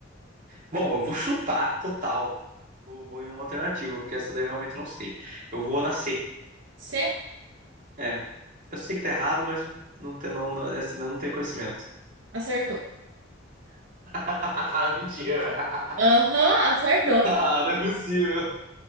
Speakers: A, on the right; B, on the right.
A: Bom, eu vou chutar total. Eu vou em uma alternativa, porque essa daí eu realmente não sei. Eu vou nascer.
B: C.
A: É. Eu sei que tá errado, mas não tem, não, não- essa daí eu não tem conhecimento.
B: Acertou.
A: <laughs> Ah, mentira. <laughs>
B: Aham, acertou.
A: Ah, não é possível.